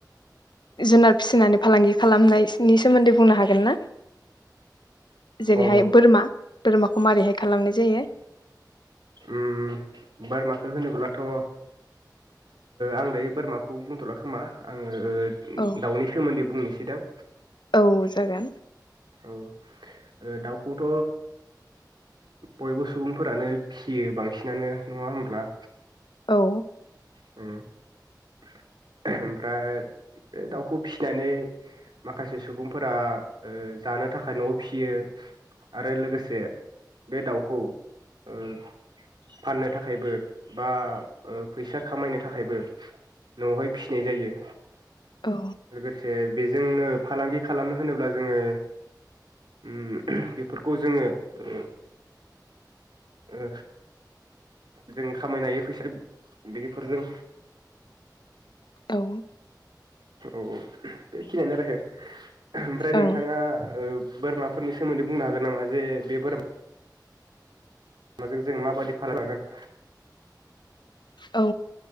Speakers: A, on the left (about 80°); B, on the right (about 80°).
A: जुनार फिसिनानै फालांगि खालामनायसिनि सोमोन्दै बुंनो हागोन ना। जेरैहाय
B: अ
A: बोरमा। बोरमाखौ मारैहाय खालामनाय जायो।
B: ओम बोरमाखौ होनोब्लाथ ओ आं दायो बोरमाखौ बुंथला खोमा आङो। ओ
A: औ
B: दाउनि सोमोन्दै बुंनोसै दां।
A: औ जागोन।
B: औ ओ दाउखौथ बयबो सुबुंफोरानो फियो बांसिनानो नङा होमब्ला।
A: औ।
B: ओम <inaudible> ओमफ्राय बे दाउखौ फिसिनानै माखासे सुबुंफोरा। ओ जानो थाखाय नआव फियो आरो लोगोसे बे दाउखौ ओ फाननो थाखायबो बा ओ फैसा खामायनो थाखायबो नआवहाय फिसिनाय जायो।
A: औ
B: लोगोसे। ए बेजोंनो फालांगि खालामनो होनोब्ला जोङो ओम बेफोरखौ जोङो ओ, ओ जों खामायनो हायो फैसा बेफोरजों
A: औ
B: औ बेखिनियानो आरो हे ओमफ्राय नोंथाङा
A: ओं
B: ओ बोरमाफोरनि सोमोन्दै बुंनो हागोन नामा? जे बे बोरमा माजों जोङो माबायदि फालां हागोन?
A: औ